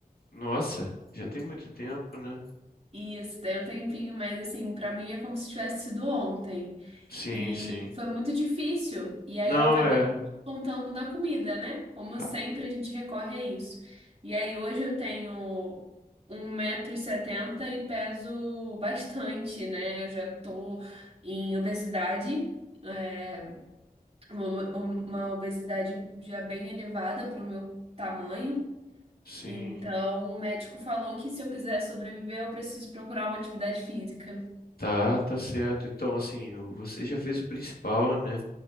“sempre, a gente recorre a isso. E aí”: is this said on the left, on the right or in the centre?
Right